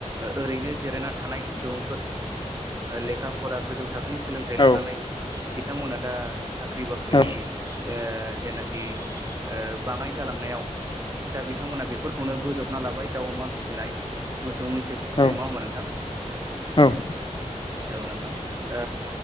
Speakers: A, on the right (about 25°); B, on the left (about 40°).
A: ओरैनो जिरायना थानाय सुबुंफोर लेखा फरा गोजौ थाखो बेनि सोलोंथाइ
B: औ
A: लानानै बिथांमोना दा सा बाख्रि बाख्रिनि
B: औ
A: ओ जेनाखि ओ बाङाय जालांनायाव दा बिथांमोना बे फोरखौनो बोजोबना लाबाय दाउ अमा फिसिनाय मोसौ, मै सो फिसिनाय
B: औ
A: नङा होमबा नोंथां?
B: औ
A: औ नोंथां। ओ